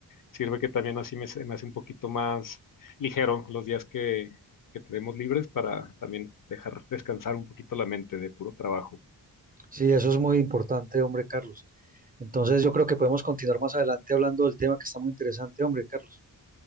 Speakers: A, on the left; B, on the right.
A: Sirve que también así me, se me hace un poquito más ligero los días que, que tenemos libres para también dejar descansar un poquito la mente de puro trabajo.
B: Sí, eso es muy importante, hombre, Carlos. Entonces, yo creo que podemos continuar más adelante hablando del tema que está muy interesante, hombre, Carlos.